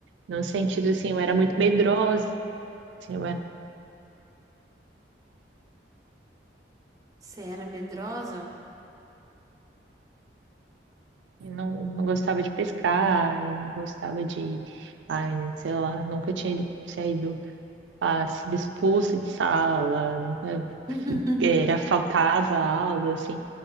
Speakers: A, on the right; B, on the right.
A: no sentido assim, eu era muito medrosa, assim, eu era
B: Você era medrosa?
A: E não, não gostava de pescar, e não gostava de, ai, sei lá, nunca tinha ido, saído, ah, sido expulsa de sala, nunca,
B: <laughs>
A: eh, era, faltava aula, assim.